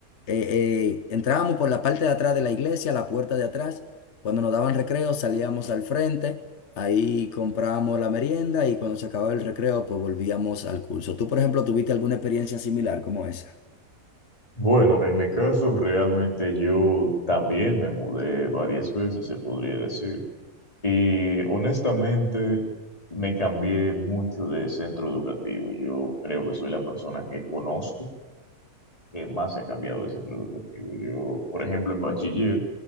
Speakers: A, on the left; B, on the left.
A: eh, eh, entrábamos por la parte de atrás de la iglesia, la puerta de atrás. Cuando nos daban recreo, salíamos al frente, ahí comprábamos la merienda y cuando se acababa el recreo, pues volvíamos al curso. ¿Tú, por ejemplo, tuviste alguna experiencia similar como esa?
B: Bueno, en mi caso, realmente yo también me mudé varias veces, se podría decir, y honestamente me cambié mucho de centro educativo. Yo creo que soy la persona que conozco que más se ha cambiado el centro educativo. Yo, por ejemplo, en bachiller,